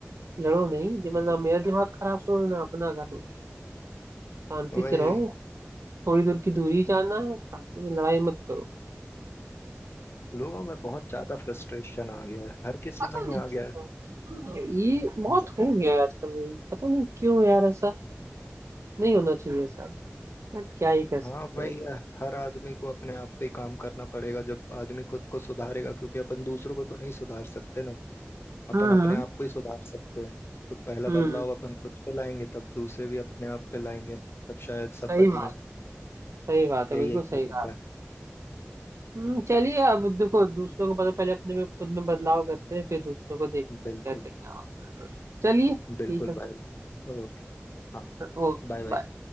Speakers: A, on the right (about 80°); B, on the left (about 55°).
A: लड़ो नहीं दिमाग
B: तो
A: ना मेरा दिमाग खराब करो ना अपना करो शांति
B: वही
A: से रहो थोड़ी दूर की दूरी जाना है फालतू में लड़ाई मत करो
B: लोगों में बहुत ज्यादा फ्रस्ट्रेशन आ गया है हर किसी
A: पता
B: में
A: नहीं
B: ही
A: किस
B: आ गया है
A: बात है हाँ, ये बहुत
B: हम्म,
A: हो गया है आजकल पता नहीं क्यों यार ऐसा
B: हम्म।
A: नहीं होना चाहिए ऐसा बट क्या ही कर सकते
B: हाँ भाई
A: हैं
B: हर आदमी को अपने आप पे ही काम करना पड़ेगा जब आदमी खुद को सुधारेगा क्योंकि अपन दूसरों को तो नहीं सुधार सकते ना अपन
A: हम्म
B: अपने
A: हम्म
B: आप को ही सुधार सकते हैं तो पहला
A: हम्म
B: बदलाव अपन खुद पे लाएंगे तब दूसरे भी अपने आप पे लाएंगे तब शायद सब
A: सही
B: बदलें
A: बात सही बात है
B: यही
A: बिल्कुल
B: एक
A: सही
B: तरीका
A: कहा
B: है
A: हम्म, चलिए अब देखो दूसरों को पता पहले अपने में खुद में बदलाव करते हैं फिर दूसरों को देखते
B: बिल्कुल
A: हैं कैसे क्या होता है चलिए ठीक
B: बिल्कुल
A: है फिर
B: भाई ओके हाँ
A: Okay
B: Bye bye
A: bye